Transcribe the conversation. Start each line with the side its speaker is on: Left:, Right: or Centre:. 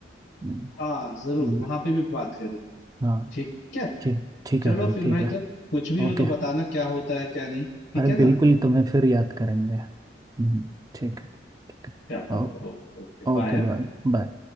Right: हम्म,
Left: हाँ जरूर
Right: हम्म,
Left: वहां पे भी बात करें
Right: हाँ
Left: ठीक है
Right: ठीक ठीक
Left: चलो
Right: है भाई
Left: फिर
Right: ठीक
Left: भाई
Right: है
Left: तब कुछ भी हो
Right: ओके
Left: तो बताना क्या होता है क्या नहीं ठीक
Right: अरे
Left: है
Right: बिल्कुल
Left: ना
Right: तुम्हें फिर याद करेंगे हम्म, ठीक है ठीक
Left: चलो
Right: है ओ-
Left: ओके ओके बाय
Right: ओके बाय बाय